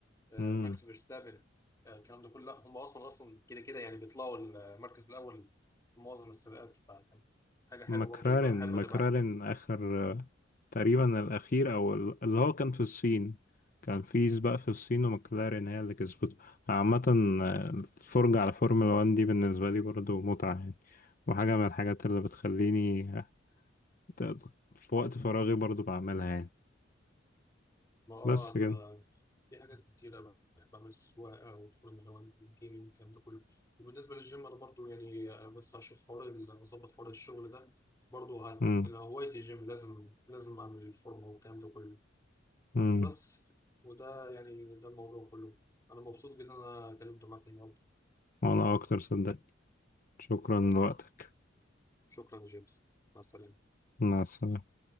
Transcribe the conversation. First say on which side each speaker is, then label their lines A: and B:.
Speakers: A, on the left (about 15°); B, on the left (about 45°).
A: آه،
B: امم
A: ماكس فيرستابن آه، الكلام ده كله لا هم اصلا اصلا كده كده يعني بيطلعوا المركز الاول في معظم السباقات فكان حاجه حلوه
B: مكرارن
A: برضه بحب
B: مكرارن
A: اتابعها
B: اخر آه، تقريبا الاخير او ال- اللي هو كان في الصين كان في سباق في الصين ومكلارين هي اللي كسبته عامة آه، الفرجة على فورمولا 1 دي بالنسبة لي برضو متعة يعني وحاجة من الحاجات اللي بتخليني آه، ت- في وقت فراغي برضو بعملها يعني
A: ما اه
B: بس
A: انا
B: كده
A: في حاجات كتيرة بحب اعمل السواقة والفورمولا 1 والجيمنج الكلام ده كله وبالنسبة للجيم انا برضو يعني آه، بس هشوف حوار ال- هظبط حوار الشغل ده برضو هت...
B: امم
A: انا هوايتي الجيم لازم لازم اعمل الفورمة والكلام ده كله
B: امم
A: بس وده يعني ده الموضوع كله انا مبسوط جدا إن انا اتكلمت معاك النهارده
B: وانا اكتر صدق شكرا لوقتك
A: شكرا يا جيمس مع السلامة
B: مع السلامة